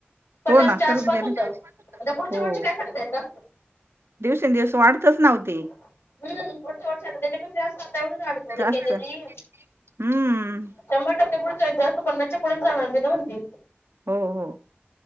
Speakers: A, on the left (about 80°); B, on the right (about 85°).
A: पन्नासच्या
B: हो ना
A: आसपास
B: खरंच गेलंय
A: होतं. आता पुढच्या
B: हो.
A: वर्षी काय सांगतायसा
B: दिवसेंदिवस वाढतच ना ओ ती
A: हूं पुढच्या वर्षी आता त्याच्यापेक्षा जास्त आता एवढं झाड पडलंय
B: जास्त
A: त्याच्या
B: हम्म
A: नी शंबर टक्के पुढच्या वेळेस जास्त पन्नाच्या पुढेच जाणार मी त म्हणते.
B: हो हो.